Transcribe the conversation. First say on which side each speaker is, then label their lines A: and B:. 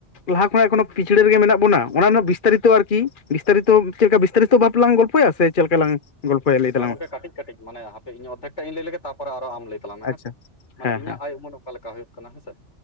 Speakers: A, on the left; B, on the left.
A: ᱞᱟᱦᱟᱠᱷᱱᱟᱜ ᱮᱠᱷᱚᱱᱚ ᱯᱤᱪᱷᱲᱟᱹ ᱨᱮᱜᱮ ᱢᱮᱱᱟᱜ ᱵᱚᱱᱟ ᱚᱱᱟ ᱨᱮᱱᱟᱜ ᱵᱤᱥᱛᱟᱨᱤᱛᱚ ᱟᱨᱠᱤ ᱵᱤᱥᱛᱟᱨᱤᱛᱚ ᱪᱮᱫ ᱞᱮᱠᱟ ᱵᱤᱥᱛᱟᱨᱤᱛᱚ ᱵᱷᱟᱵ ᱞᱟᱝ ᱜᱚᱞᱯᱚᱭᱟ ᱥᱮ᱾ ᱪᱮᱫ ᱞᱮᱠᱟ ᱞᱟᱝ᱾ ᱜᱚᱞᱯᱚᱭᱟ ᱞᱟᱹᱭ ᱛᱟᱞᱟᱝ
B: ᱦᱮᱸ ᱜᱚᱝᱠᱮ
A: ᱢᱮ?
B: ᱠᱟᱹᱴᱤᱡ ᱠᱟᱹᱴᱤᱡ ᱢᱟᱱᱮ ᱦᱟᱯᱮ ᱤᱧ ᱚᱫᱷᱮᱠᱴᱟᱧ ᱞᱟᱹᱭ ᱞᱮᱜᱮ ᱛᱟᱯᱚᱨᱮ ᱟᱨ ᱟᱢ ᱞᱟᱹᱭ ᱛᱟᱞᱟᱝ ᱢᱮᱸ
A: ᱟᱪᱪᱷᱟ
B: ᱦᱮ ᱥᱮ᱾ ᱢᱟᱱᱮ
A: ᱦᱮᱸ
B: ᱤᱧᱟᱹᱜ ᱟᱭ ᱩᱢᱟᱹᱱ ᱚᱠᱟ ᱞᱮᱠᱟ ᱦᱩᱭᱩᱜ ᱠᱟᱱᱟ ᱦᱮᱸᱥᱮ᱾